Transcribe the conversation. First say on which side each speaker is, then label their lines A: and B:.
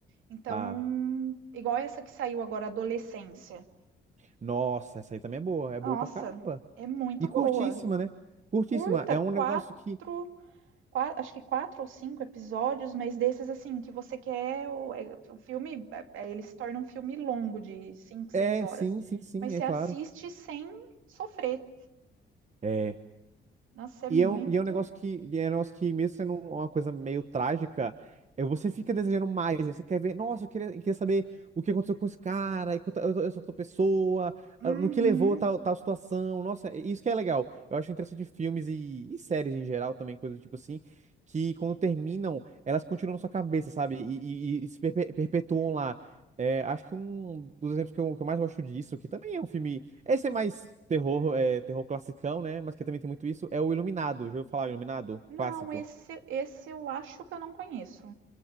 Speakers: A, on the right; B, on the right.
A: Então,
B: Ah,
A: igual essa que saiu agora, Adolescência.
B: nossa, essa aí também é boa, é
A: Nossa,
B: boa pra caramba.
A: é muito
B: E
A: boa.
B: curtíssima, né? Curtíssima,
A: Curta,
B: é
A: quatro
B: um negócio que.
A: qua- acho que quatro ou cinco episódios, mas desses assim, que você quer. O, é- o filme, é- é- ele se torna um filme longo, de cinco, seis
B: É,
A: horas.
B: sim, sim, sim,
A: Mas você
B: é claro.
A: assiste sem sofrer.
B: É.
A: Nossa, é
B: E
A: muito.
B: é um, e é um negócio que, e é um negócio que, mesmo sendo um, uma coisa meio trágica, é, você fica desejando mais, né? Você quer ver, nossa, eu queria, queria saber o que aconteceu com esse cara, e com ta- essa outra pessoa,
A: Uhum.
B: ah, no que levou a tal, tal situação. Nossa, é- isso que é legal. Eu acho interessante de filmes e, e séries em geral também, coisas do tipo assim, que quando terminam, elas continuam na sua cabeça, sabe? E, e- e se perpe- perpetuam lá. É, acho que um dos exemplos que eu, que eu mais gosto disso, que também é um filme Esse é mais terror, é, terror classicão, né? Mas que também tem muito isso. É o Iluminado. Já ouviu falar Iluminado?
A: Não,
B: Clássico.
A: esse, esse eu acho que eu não conheço.